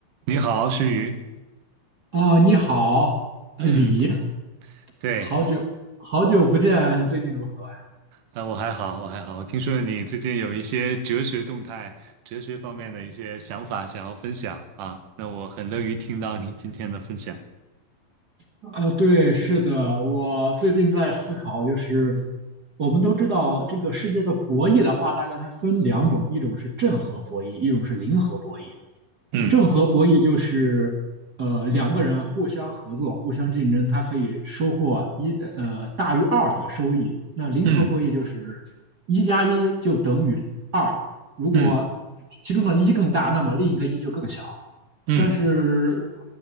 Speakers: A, on the right; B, on the right.
A: 你好，诗雨。
B: 啊，你好，
A: 嗯，
B: 呃李，
A: 今对，
B: 好久好久不见，你最近如何啊？
A: 啊、我还好，我还好。我听说你最近有一些哲学动态、哲学方面的一些想法想要分享啊，那我很乐于听到你今天的分享。
B: 啊，对，是的，我最近在思考，就是我们都知道这个世界的博弈的话，大概它分两种，一种是正和博弈，一种是零和博弈。
A: 嗯
B: 正和博弈就是，呃，两个人互相合作、互相竞争，他可以收获一呃大于二的收益。那零和博弈就是一加一就等于二，
A: 嗯
B: 如果
A: 嗯
B: 其中的一更大，那么另一个一就更小。
A: 嗯
B: 但是